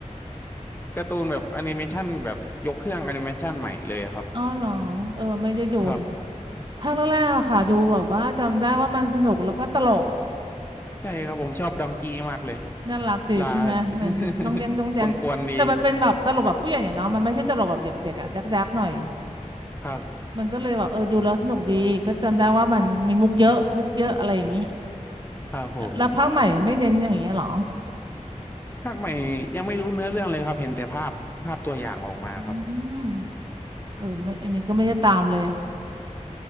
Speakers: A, on the left; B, on the right.
A: การ์ตูนแบบแอนิเมชันแบบยกเครื่องแอนิเมชันใหม่เลยครับ
B: อ๋อเหรอเออไม่ได้ดู
A: ครับ
B: ภาคแรกๆอะค่ะดูแบบว่าจำได้ว่ามันสนุกแล้วก็ตลก
A: ใช่ครับผมชอบดองกี้มากเลย
B: น่ารักดีใช่ไหมมันดองแดงดองแดงแต่มันเป็นแบบตลกแบบผู้ใหญ่เนี่ยเนาะมันไม่ใช่ตลกแบบเด็กๆอะดักดักๆหน่อย
A: ลา <laughs> กวนๆดีครับ
B: มันก็เลยแบบเออดูแล้วสนุกดีก็จำได้ว่ามันมีมุกเยอะมุกเยอะอะไรอย่างนี้
A: ครับผม
B: แล้วแล้วภาคใหม่ไม่เน้นอย่างเงี้ยเหรอ
A: ภาคใหม่ยังไม่รู้เนื้อเรื่องเลยครับเห็นแต่ภาพภาพตัวอย่างออกมาครับ
B: อืมเออไม่อันนี้ก็ไม่ได้ตามเลย